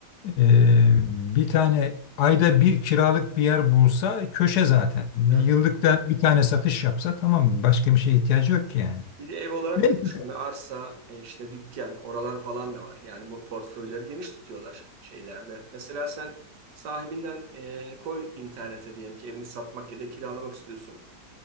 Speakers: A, on the left; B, on the right.
A: e, bir tane ayda bir kiralık bir yer bulsa köşe zaten. Bir
B: Tabii.
A: yıllıkta bir tane satış yapsa tamam başka bir şeye ihtiyacı yok ki yani.
B: Bir de ev olarak
A: Neyse.
B: da düşünme. Arsa, e, işte dükkan, oralar falan da var. Yani bu portföyleri geniş tutuyorlar şeylerde. Mesela sen sahibinden e, koy internete diyelim ki evini satmak ya da kiralamak istiyorsun.